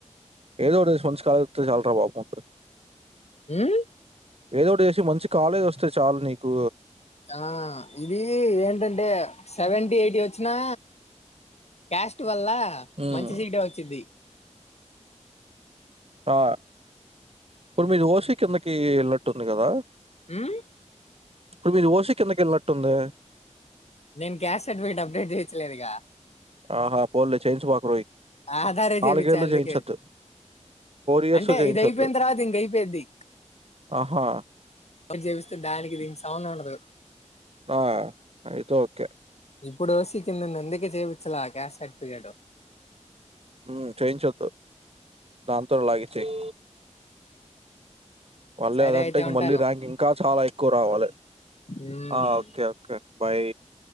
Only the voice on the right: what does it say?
ఏదో ఒకటి చూసి మంచి కాలేజ్ వస్తే చల్రా బాబు
ఏదోటి చేసి మంచి కాలేజ్ వస్తే చాలు నీకు
హ్మ్.
ఆ ఇప్పుడు మీరు ఓసి కిందకి వెళ్ళినట్టుంది గదా
ఇప్పుడు మీది ఓసి కిందకెళ్ళినట్టుందే
ఆహా పోల్లే చేయించబాకురోయి
నాలుగేళ్ళు
చేయించొద్దు ఇయర్స్
చేయించొద్దు.
ఆహా
ఆ ఐతే ఓకే
ఉమ్ చేయించొద్దు దానితోనే లాగించేయి మళ్ళీ
అదంటే
ఇంగ
మళ్ళీ ర్యాంక్ ఇంకా చాలా ఎక్కువ రావాలి
ఆ okay okay bye